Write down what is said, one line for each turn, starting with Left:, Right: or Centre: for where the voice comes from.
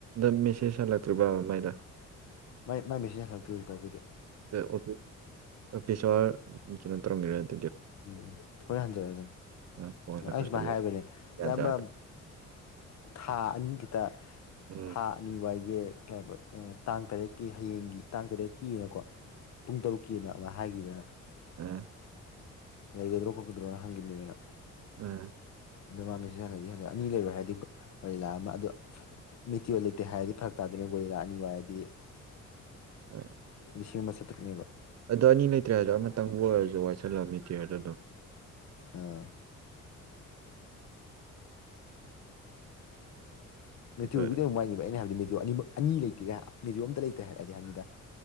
Right: ꯑ ꯃꯦꯁꯦꯖ ꯍꯜꯂꯛꯇ꯭ꯔꯤꯕ ꯑꯗꯨꯃꯥꯏꯅ
Left: ꯃꯥꯏ ꯃꯦꯁꯦꯖ ꯍꯂꯛꯇꯣꯔꯤꯁꯤ ꯀꯥꯎꯒꯤꯗꯗꯤ
Right: ꯑꯗ ꯑꯣ ꯑꯣꯐꯤꯁ ꯑꯋꯥꯔ ꯀꯩꯅꯣ ꯇꯧꯔꯝꯒꯦꯔꯦ
Left: ꯎꯝ ꯍꯣꯏ ꯍꯟꯖꯔꯦ ꯑꯗꯨꯖꯅ
Right: ꯑꯥ ꯐꯣꯟꯒ
Left: ꯑꯩ
Right: ꯇꯧꯁꯜꯂꯣ
Left: ꯁꯨꯃꯥꯏꯅ ꯍꯥꯏꯕꯅꯦ
Right: ꯌꯥꯗ꯭ꯔꯥ
Left: ꯏꯕ ꯊꯥ ꯑꯅꯤꯁꯤꯈꯤꯇ
Right: ꯎꯝ
Left: ꯊꯥ ꯑꯅꯤ ꯋꯥꯏꯒꯤ ꯀ ꯍꯥꯏꯕ ꯇꯥꯡ ꯇꯔꯦꯠꯀꯤ ꯍꯌꯦꯡꯒꯤ ꯇꯥꯡ ꯇꯔꯦꯠꯀꯤꯅꯀꯣ ꯄꯨꯡ ꯇꯔꯨꯛꯀꯤꯅ ꯀꯃꯥꯏ ꯍꯥꯏꯈꯤꯕꯅ
Right: ꯑ
Left: ꯂꯩꯒꯗ꯭ꯔꯣ ꯀꯛꯀꯗ꯭ꯔꯣꯅ ꯍꯪꯈꯤꯟꯅꯤꯤꯅ
Right: ꯎꯝ
Left: ꯑꯗꯣ ꯃꯥꯃꯤꯁꯤ ꯍꯜꯂꯗꯤ ꯍꯜꯂ ꯑꯅꯤ ꯂꯩꯔꯣꯏ ꯍꯥꯏꯔꯗꯤꯂꯥ ꯑꯃ ꯑꯣ ꯃꯤꯇꯤ ꯂꯩꯇꯦ ꯍꯥꯏꯔꯗꯤ ꯐꯔꯛ ꯇꯥ ꯀꯩꯅ ꯒꯣꯂꯤ ꯂꯥꯛꯑꯅꯤꯕ ꯍꯥꯏꯗꯤ
Right: ꯎꯝ
Left: ꯂꯤꯁꯤꯡ ꯑꯃ ꯆꯥꯇꯨꯛꯅꯦꯕ
Right: ꯑ ꯑꯅꯤ ꯂꯩꯇ꯭ꯔꯦ ꯍꯥꯏꯗꯣ ꯑꯃꯇꯪꯕꯨ ꯑꯣꯏꯔꯁꯨ ꯋꯥꯏꯁꯜꯂꯝꯃꯤ ꯗ ꯑꯗꯨꯝꯏ
Left: ꯑꯥ ꯃꯦꯊꯤ
Right: ꯑꯗꯨ
Left: ꯑꯣꯏ ꯃꯥ ꯍꯥꯏꯗꯤ ꯃꯊ ꯑꯅꯤ ꯑꯅꯤ ꯂꯩꯇꯦꯒ ꯃꯦꯗꯤ ꯑꯝꯇ ꯂꯩꯇ꯭ꯔꯦ ꯍꯥꯏꯔꯗꯤ ꯍꯥꯏꯅꯤꯗ